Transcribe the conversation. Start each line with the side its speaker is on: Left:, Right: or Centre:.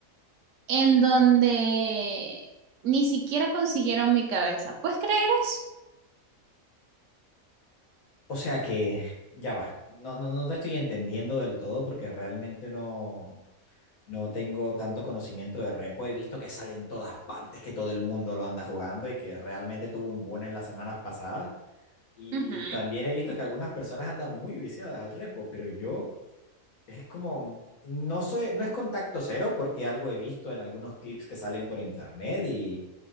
Right: en donde ni siquiera consiguieron mi cabeza. ¿Puedes creer eso?
Left: O sea que ya va. No, no, no te estoy entendiendo del todo porque realmente no, no tengo tanto conocimiento de repo. He visto que sale en todas partes, que todo el mundo lo anda jugando y que realmente tuvo un boom en las semanas pasadas. Y
Right: Ujú.
Left: también he visto que algunas personas andan muy viciadas al repo, pero yo es como, no soy, no es contacto cero porque algo he visto en algunos clips que salen por internet y